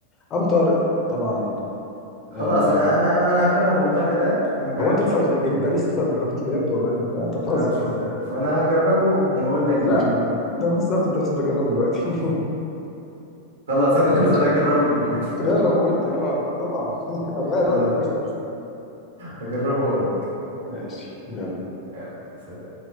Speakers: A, on the left; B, on the right.
A: أبو طارق طبعا
B: خلاص
A: آه،
B: انا انا انا انا هجرب ابو طارق ده انا مجربتوش
A: هو انت لسه
B: قبل كده
A: انت لسه ما جربتوش بجد والله انت انت
B: ما
A: بتهزر
B: جربتش ابو طارق فانا هجربه واقول لك
A: لا
B: الدنيا بقى
A: ده بالظبط انت لازم تجربه دلوقتي <laughs>
B: خلاص انا
A: جرب
B: <laughs> هنزل اجربه دلوقتي
A: جرب وقول لي اه ط- طبعا <laughs> هتغير
B: <laughs> خلاص
A: رايك في الكشري اصلا
B: هجربه واقول لك
A: ماشي يلا
B: يلا سلام